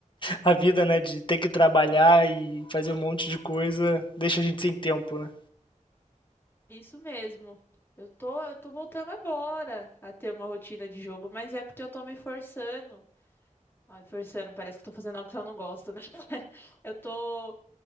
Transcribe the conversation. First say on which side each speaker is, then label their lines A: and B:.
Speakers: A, on the left (about 40°); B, on the left (about 15°).
A: A vida, né, de ter que trabalhar e fazer um monte de coisa, deixa a gente sem tempo, né?
B: Isso mesmo. Eu tô, eu tô voltando agora a ter uma rotina de jogo, mas é porque eu tô me forçando. Ai, forçando, parece que eu tô fazendo algo que eu não gosto, né? <laughs> Eu tô,